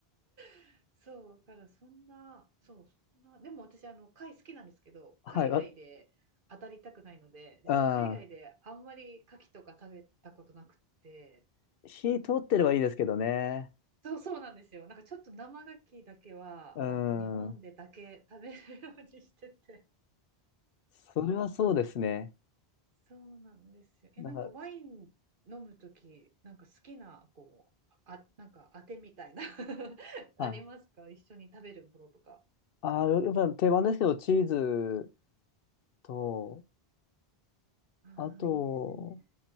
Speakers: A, on the right (about 55°); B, on the left (about 65°).
A: <laughs> そうだからそんなそうそんなでも私あの貝好きなんですけど海外で当たりたくないので実は海外であんまり牡蠣とか食べたことなくって
B: はい、わ、うん。火通ってればいいですけどね。
A: そうそうなんですよ。なんかちょっと生牡蠣だけは、
B: うん。
A: あの、日本でだけ食べるようにしてて。
B: それはそうですね。
A: そうなんですよ。え、
B: なんか、
A: なんかワイン飲むとき、なんか好きな、こう、あ、なんか当てみたいな <laughs> ありますか一緒に食べるものとか。
B: あ、あ、やっぱ定番ですけど、チーズと、
A: ああ、
B: あと、
A: いいですね。